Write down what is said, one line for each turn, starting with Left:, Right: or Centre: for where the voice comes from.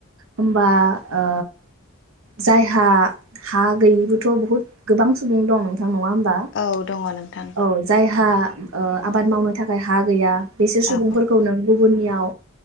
Right: होमबा ओ जायहा हा गैयिबो थ' बहुत गोबां सुबुं दं नों थां नङा होमबा
Left: औ दङ नोंथां
Right: औ जायहा ओ आबाद मावनो थाखाय हा गैया बिसोर
Left: औ
Right: सुबुंफोरखौ नों गुबुननि याव